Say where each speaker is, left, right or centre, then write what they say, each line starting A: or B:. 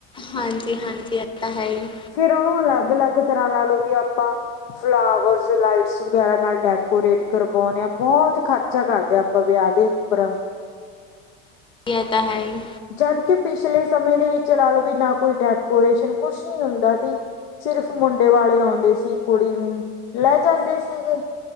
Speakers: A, on the left; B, on the left.
A: ਹਾਂਜੀ-ਹਾਂਜੀ ਐ ਤਾਂ ਹੈ ਹੀ।
B: ਫੇਰ ਓਨੂੰ ਅਲੱਗ-ਅਲੱਗ ਤਰ੍ਹਾਂ ਲਾ ਲੋ ਵੀ ਆਪਾਂ ਫਲਾਵਰਸ, ਲਾਈਟਸ ਵਗੈਰਾ ਨਾਲ ਡੈਕੋਰੇਟ ਕਰਵਾਉਣੇ ਆ ਬੋਹਤ ਖਰਚ ਚਾ ਕਰਦੇ ਹਾ ਆਪਾਂ ਵਿਆਹ ਦੇ ਉੱਪਰ
A: ਬੀ ਐ ਤਾ ਹੈ ਹੀ
B: ਜਦ ਕਿ ਪਿਛਲੇ ਸਮੇਂ ਦੇ ਵਿੱਚ ਲਾ ਲੋ ਵੀ ਨਾ ਕੋਈ ਡੈਕੋਰੇਸ਼ਨ ਕੁਛ ਨੀ ਹੁੰਦਾ ਦੀ ਸਿਰਫ ਮੁੰਡੇ ਵਾਲੇ ਆਓਂਡੇ ਸੀ ਕੁੜੀ ਨੂੰ, ਲੈ ਜਾਂਦੇ ਸੀਗੇ।